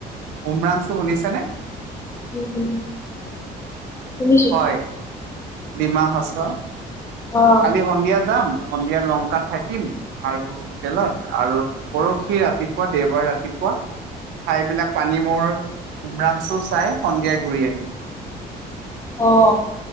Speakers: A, on the right (about 85°); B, on the left (about 15°).
A: উমৰাংচু শুনিছে নে?
B: উম, উম, শুনিছো।
A: হয়, ডমা হাচাও
B: অ',
A: কালি সন্ধিয়া যাম সন্ধিয়া লংকা থাকিম আৰু হোটেলত আৰু পৰশি ৰাতিপুৱা দেওবাৰ ৰাতিপুৱা ঠাইবিলাক পানী মোৰ উমৰাঞ্চু চাই সন্ধিয়াই ঘূৰি আহিম।
B: অ',